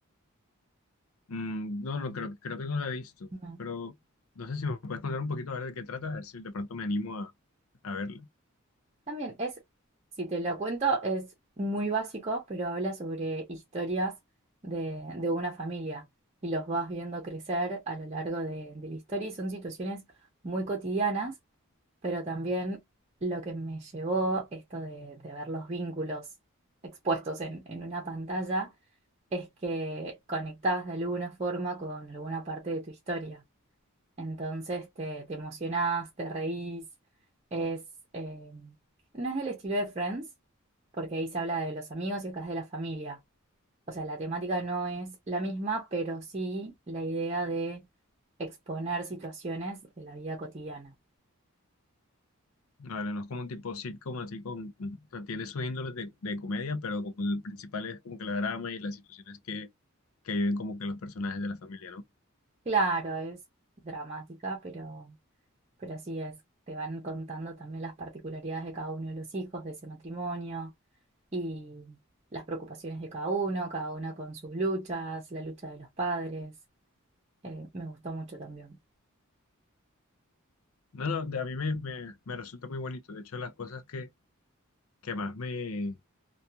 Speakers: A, on the left; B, on the right.
A: mm, no, no creo, creo que no la he visto,
B: Mm.
A: pero no sé si me puedes contar un poquito a ver de qué trata, a ver si de pronto me animo a, a verla.
B: También es, si te lo cuento, es muy básico, pero habla sobre historias de, de una familia y los vas viendo crecer a lo largo de, de la historia y son situaciones muy cotidianas, pero también lo que me llevó esto de, de ver los vínculos expuestos en en una pantalla es que conectás de alguna forma con alguna parte de tu historia. Entonces te, te emocionás, te reís. Es, eh, no es del estilo de Friends, porque ahí se habla de los amigos y acá es de la familia. O sea, la temática no es la misma, pero sí la idea de exponer situaciones de la vida cotidiana.
A: Vale, no es como un tipo sitcom, así con, con- o sea, tiene sus índoles de, de comedia, pero como el principal es como que la drama y las situaciones que, que viven como que los personajes de la familia, ¿no?
B: Claro, es dramática, pero Pero así es, te van contando también las particularidades de cada uno de los hijos de ese matrimonio y las preocupaciones de cada uno, cada uno con sus luchas, la lucha de los padres. Eh, me gustó mucho también.
A: No, no, de- a mí me, me, me resulta muy bonito. De hecho, las cosas que, que más me,